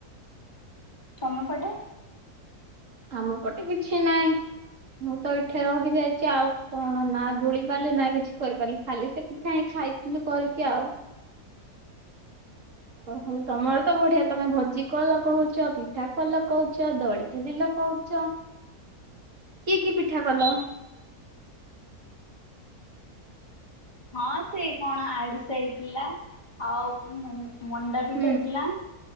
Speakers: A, on the left; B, on the right.
A: ତମ ପଟେ?
B: ଆମ ପଟେ କିଛି ନହିଁ ମୁଁ ତ ଏଇଠି ରହିଯାଇଛି ଆଉ କଣ ନା ଦୋଳି ପାରିଲି ନା କିଛି କରିପାରିଲି ଖାଲି ସେ ପିଠା ହେ ଖାଇଥିଲୁ କରିକି ଆଉ। ଓହୋ ତମର ତ ବଢିଆ ତମେ ଭୋଜି କଲ କହୁଛ ପିଠା କଲ କହୁଛ ଦଳିଚେଲିଲ କହୁଛ କି କି ପିଠା କଲ?
A: ହଁ ସେଇ କଣ ଆୁଷ ହେଇଥିଲା ଆଉ? ମଣ୍ଡାପିଠ
B: ହୁଁ
A: ହେଇଥିଲା